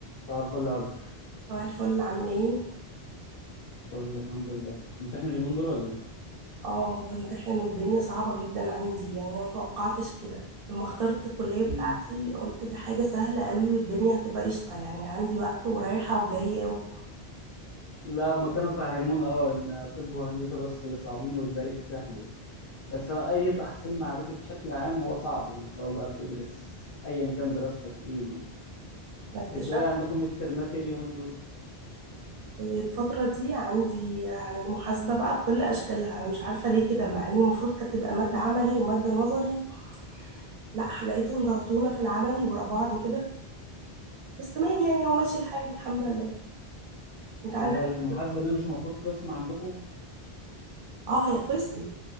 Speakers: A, on the left; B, on the right.
A: صباح الفل يا هاجر
B: صباح الفل عامل ايه؟
A: بقول لك الحمد لله بتمتحن اليومين دول ولا ايه؟
B: اه بمتحن والدنيا صعبة جدا عندي يعني انا متوقعتش كده لما اخترت الكلية بتاعتي
A: امم
B: قلت دي حاجة سهلة قوي والدنيا هتبقى قشطة يعني عندي وقت ورايحة وجاية وانا
A: لا ما كانوا فهمونا اه ان طب وهندسه بس اللي صعبين والباقي السهل يعني بس هو اي تحصيل معرفي بشكل عام هو صعب يعني سواء بقى بتدرس ايا كان دراستك ايه يعني
B: اكتشفت
A: انتوا ايه عندكم ميد ترمات ايه اليومين دول؟
B: الفترة دي عندي عن المحاسبة بقى بكل أشكالها أنا مش عارفة ليه كده مع إن المفروض كانت تبقى مادة عملي ومادة نظري لا لقيتهم ضغطونا في العملي ورا بعض كده بس تمام يعني هو ماشي
A: مم.
B: الحال الحمد لله أنت عندك
A: هو المحاسبه دي مش المفروض قسم عندكم؟
B: اه هي قسم